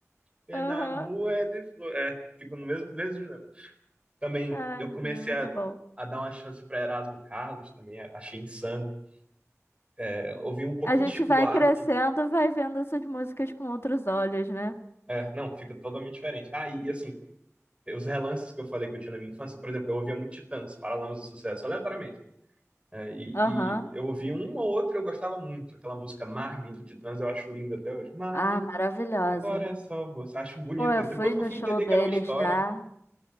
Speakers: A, on the right; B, on the left.
A: pena,
B: Aham.
A: moeda de flor. É, fica no mesmo, mesmo dilema. Também
B: Ai,
A: eu comecei
B: meu Deus, muito
A: a,
B: bom.
A: a dar uma chance para Erasmo Carlos também, achei insano. É, ouvi um pouquinho
B: A gente
A: de Chico
B: vai
A: Buarque.
B: crescendo, vai vendo essas músicas com outros olhos, né?
A: É, não, fica totalmente diferente. Ah, e, e assim, os relances que eu falei que eu tinha na minha infância, por exemplo, eu ouvia muito Titãs, Paralamas do Sucesso, aleatoriamente. É, e,
B: Aham.
A: e eu ouvia uma ou outra e eu gostava muito. Aquela música Marvin do Titãs, eu acho linda até hoje. Marvin,
B: Ah, maravilhosa.
A: agora é só você. Acho bonita.
B: Pô, eu
A: Depois
B: fui
A: que
B: no
A: eu fui
B: show
A: entender
B: deles
A: que era uma história,
B: já.